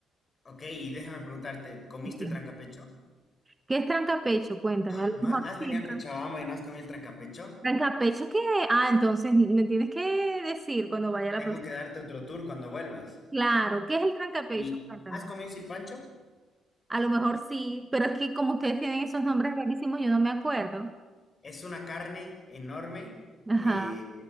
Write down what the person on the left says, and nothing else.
Ok, y déjame preguntarte, ¿comiste
trancapecho?
<gasps> ¡Ah!
¿No
has venido
a Cochabamba y no has comido el trancapecho?
Tengo
que darte otro tour cuando vuelvas.
¿Y
has comido silpancho?
Es una carne enorme,
eh,